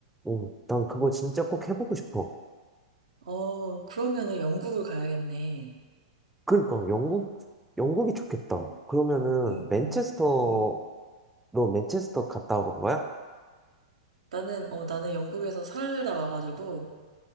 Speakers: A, in the centre; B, on the right.
A: 응, 난 그거 진짜 꼭 해보고 싶어.
B: 어, 그러면은 영국을 가야겠네.
A: 그러니까, 영국, 영국이 좋겠다. 그러면은,
B: 음,
A: 맨체스터,
B: 음, 음.
A: 너 맨체스터 갔다 와본 거야?
B: 나는, 어, 나는 영국에서 살다 와가지고,